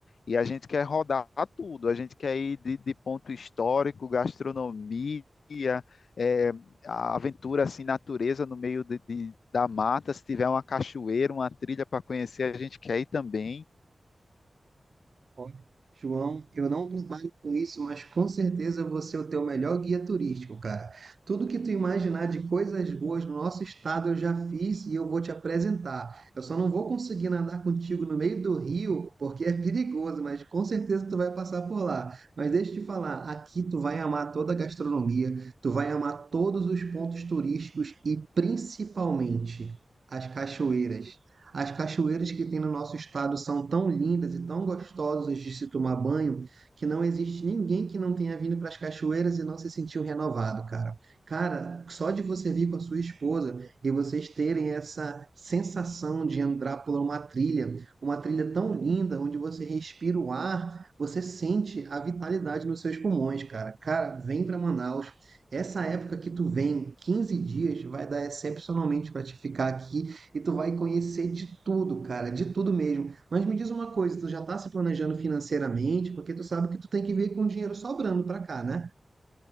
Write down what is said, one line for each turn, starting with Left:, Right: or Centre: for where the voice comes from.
Left: E a gente quer rodar tudo, a gente quer ir de, de ponto histórico, gastronomia, é, a aventura assim, natureza no meio de, de- da mata. Se tiver uma cachoeira, uma trilha para conhecer, a gente quer ir também.
Right: Olha, João, eu não trabalho com isso, mas com certeza você é o teu melhor guia turístico, cara. Tudo que tu imaginar de coisas boas no nosso estado eu já fiz e eu vou te apresentar. Eu só não vou conseguir nadar contigo no meio do rio, porque é perigoso, mas com certeza tu vai passar por lá. Mas deixa eu te falar, aqui tu vai amar toda a gastronomia, tu vai amar todos os pontos turísticos e principalmente as cachoeiras. As cachoeiras que tem no nosso estado são tão lindas e tão gostosas de se tomar banho que não existe ninguém que não tenha vindo para as cachoeiras e não se sentiu renovado, cara. Cara, só de você vir com a sua esposa e vocês terem essa sensação de entrar por uma trilha, uma trilha tão linda onde você respira o ar, você sente a vitalidade nos seus pulmões, cara. Cara, vem para Manaus. Essa época que tu vem, 15 dias, vai dar excepcionalmente para te ficar aqui e tu vai conhecer de tudo, cara, de tudo mesmo. Mas me diz uma coisa, tu já tá se planejando financeiramente, porque tu sabe que tu tem que vir com o dinheiro sobrando pra cá, né?